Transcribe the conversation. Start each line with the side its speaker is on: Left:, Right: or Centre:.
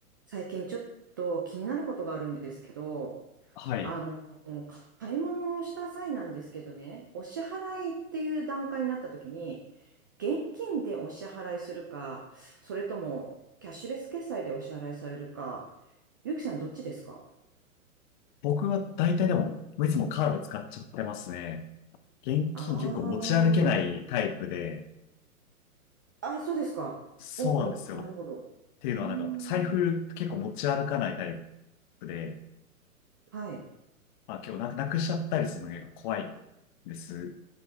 Right: 最近ちょっと気になることがあるんですけど、
Left: はい。
Right: あの、買い物をした際なんですけどね、お支払いっていう段階になった時に、現金でお支払いするか、それともキャッシュレス決済でお支払いされるか、ゆうきさんどっちですか
Left: 僕は大体でも、いつもカード使っちゃってますね。現金結構持ち歩けないタイプで、
Right: ああー、あ、そうですか。
Left: そうなんですよ。
Right: お、お、なるほど。
Left: っていうのはなんか、
Right: うーん。
Left: 財布結構持ち歩かないタイプで、
Right: はい。
Left: まあ結構なく、なくしちゃったりするのが結構怖いんです。